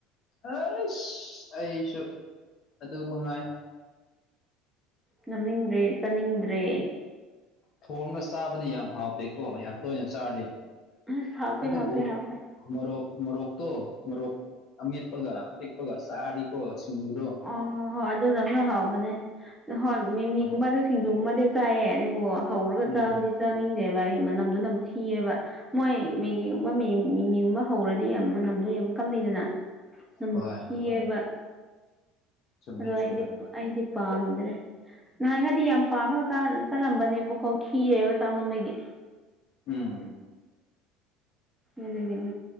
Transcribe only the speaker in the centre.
ꯉꯝꯅꯤꯡꯗ꯭ꯔꯦ ꯆꯥꯅꯤꯡꯗ꯭ꯔꯦ
ꯑꯁ ꯍꯥꯎꯇꯦ
ꯍꯥꯎꯇꯦ ꯍꯥꯎꯇꯦ
ꯑꯣ ꯍꯣꯏ ꯑꯗꯨꯅ ꯈꯔ ꯍꯥꯎꯕꯅꯦ ꯍꯣꯏ ꯃꯤꯃꯤꯒꯨꯝꯕꯗ ꯁꯤꯡꯖꯨꯒꯨꯝꯕꯗꯤ ꯆꯥꯏꯌꯦ ꯑꯗꯨꯕꯨ ꯍꯧꯔꯒ
ꯆꯥꯕꯗꯤ ꯆꯥꯅꯤꯡꯗꯦꯕ ꯑꯩ ꯃꯅꯝꯗꯣ ꯅꯝ ꯊꯤꯑꯦꯕ ꯃꯣꯏ ꯃꯦꯒꯤꯒꯨꯝꯕ ꯃꯤ ꯃꯤꯒꯨꯝꯕ ꯍꯧꯔꯗꯤ ꯌꯥꯝ ꯃꯅꯝꯗꯣ ꯌꯥꯝ ꯀꯜꯂꯤꯗꯅ ꯅꯝ
ꯊꯤꯑꯦꯕꯥ
ꯑꯗꯣ ꯑꯩꯗꯤ
ꯑꯩꯗꯤ ꯄꯥꯝꯗ꯭ꯔꯦ ꯅꯍꯥꯟꯒꯗꯤ ꯌꯥꯝ ꯄꯥꯝꯃꯒ ꯆꯠꯂꯝꯕꯅꯦꯕꯀꯣ ꯈꯤꯔꯦꯕ ꯆꯥꯃꯟꯕꯒꯤ
ꯑꯗꯨꯒꯤꯅꯤ